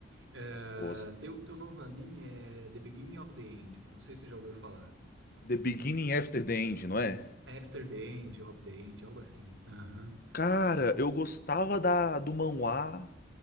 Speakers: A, on the right; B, on the left.
A: Eh,
B: Gosto.
A: teu, teu novo anime é The Beginning of the End. Não sei se você já ouviu falar.
B: The Beginning After the End, não é?
A: After the End, of the End, algo assim. Aham.
B: Cara, eu gostava da, do manhwa.